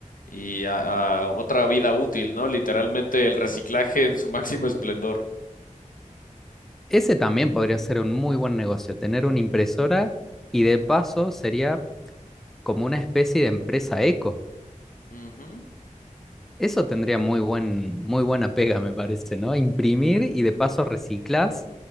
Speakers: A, on the left (about 80°); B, in the centre.
A: y a, a otra vida útil, ¿no? Literalmente el reciclaje en su <laughs> máximo esplendor.
B: Ese también podría ser un muy buen negocio, tener una impresora y de paso sería como una especie de empresa eco.
A: Ujú.
B: Eso tendría muy buen, muy buena pega, me parece, ¿no? Imprimir y de paso reciclás.